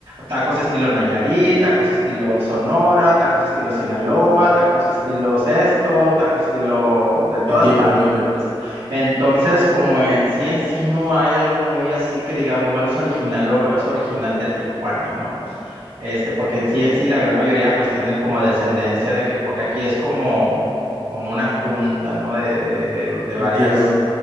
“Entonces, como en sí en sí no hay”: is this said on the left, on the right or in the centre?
Right